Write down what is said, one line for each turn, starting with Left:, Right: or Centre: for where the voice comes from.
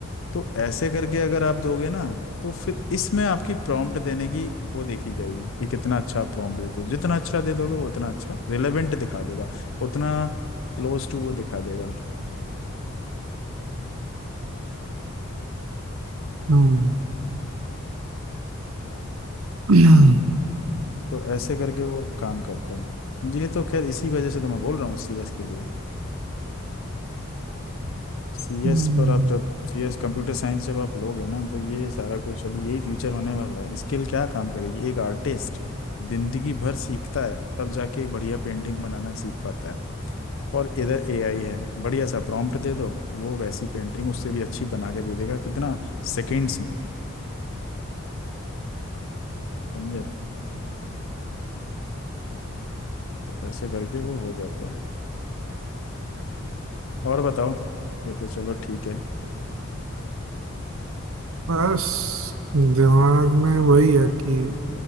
Left: तो ऐसे करके अगर आप दोगे ना तो फिर इसमें आपकी प्रॉम्प्ट देने की वो देखी जाएगी कि कितना अच्छा प्रॉम्प्ट देते हो जितना अच्छा दे दोगे वो उतना अच्छा रिलेवेंट दिखा देगा उतना क्लोज टू वो दिखा देगा
Right: हम्म <clears throat>
Left: तो ऐसे करके वो काम करता है ये तो खैर इसी वजह से तो मैं बोल रहा हूँ सीएस के लिए सीएस
Right: हम्म,
Left: पर आप जब सीएस कंप्यूटर साइंस जब आप लोगे ना तो ये सारा कुछ अभी यही फ्यूचर होने वाला है स्किल क्या काम करेगी एक आर्टिस्ट जिंदगी भर सीखता है तब जाके एक बढ़िया पेंटिंग बनाना सीख पाता है और इधर एआई है बढ़िया सा प्रॉम्प्ट दे दो वो वैसी पेंटिंग उससे भी अच्छी बना के दे देगा कितना सेकेंड्स में समझे तो ऐसे करके वो हो जाता है और बताओ ये तो चलो ठीक है
Right: बस दिमाग में वही है कि